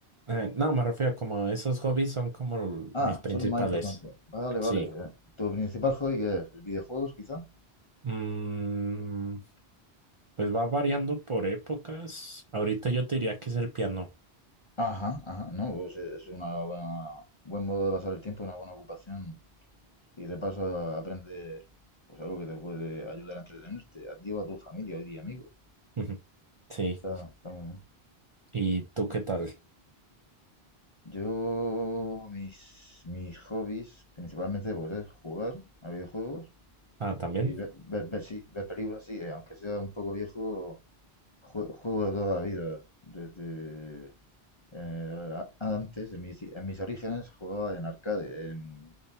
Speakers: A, on the right (about 40°); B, on the left (about 35°).
A: Eh, no, me refiero como esos hobbies son como l-
B: Ah,
A: mis principales,
B: son los más importantes. Vale, vale.
A: sí.
B: eh. ¿Tu principal hobby qué es? ¿Videojuegos, quizá?
A: Mm, pues va variando por épocas, ahorita yo te diría que es el piano,
B: Ajá, ajá, no, pues es un buen modo de pasar el tiempo, una buena ocupación y de paso aprendes pues algo que te puede ayudar a entretenerte, a ti o a tu familia hoy día, amigos.
A: <laughs> sí.
B: Está, está muy bien.
A: ¿Y tú qué tal?
B: Yo, mis, mis hobbies, principalmente, pues es jugar a videojuegos
A: Ah, también
B: y ver, ver, ver- sí, ver películas, sí, eh, aunque sea un poco viejo, jue- juego de toda la vida. Desde eh, a- antes, en mis, en mis orígenes, jugaba en arcade, en